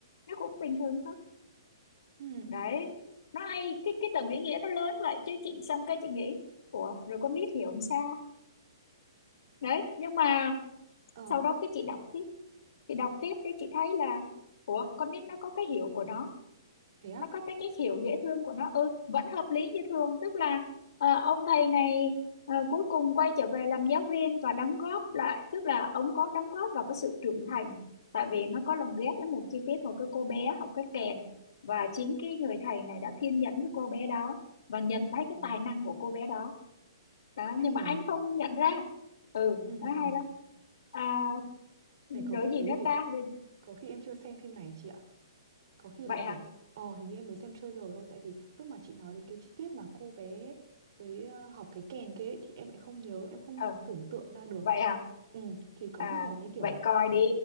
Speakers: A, on the left; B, on the right.
A: nó cũng bình thường thôi
B: ừ
A: đấy nó hay cái cái tầng ý nghĩa nó lớn vậy chứ chị xong cái chị nghĩ ủa rồi con nít hiểu không sao đấy nhưng mà
B: ờ
A: sau đó cái chị đọc tiếp thì đọc tiếp thì chị thấy là ủa con nít nó có cái hiểu của nó
B: thế á
A: nó có cái cách hiểu dễ thương của nó ừ vẫn hợp lý như thường tức là ờ, ông thầy này ờ, cuối cùng quay trở về làm giáo viên và đóng góp lại tức là ông có đóng góp vào cái sự trưởng thành tại vì nó có lồng ghép với một chi tiết một cái cô bé học cái kèn và chính cái người thầy này đã kiên nhẫn với cô bé đó và nhận thấy
B: Ừ.
A: cái tài năng của cô bé đó đó
B: hay
A: nhưng mà
B: nhỉ
A: anh không nhận ra ừ
B: Ừ,
A: nó
B: ừ.
A: hay lắm à, ừ,
B: Này có
A: rồi
B: khi
A: gì
B: thế
A: nữa
B: thì
A: ta rồi
B: có khi em chưa xem phim này chị ạ. Có khi
A: vậy
B: là kiểu
A: hả
B: ờ hình như em mới xem trailer thôi tại vì lúc mà chị nói đến cái chi tiết mà cô bé với ờ, học cái kèn kia ấy, thì em lại không nhớ, em không
A: Ờ
B: tưởng tượng ra được.
A: vậy à
B: Ừ thì có
A: à
B: khi là như kiểu
A: vậy
B: là
A: coi đi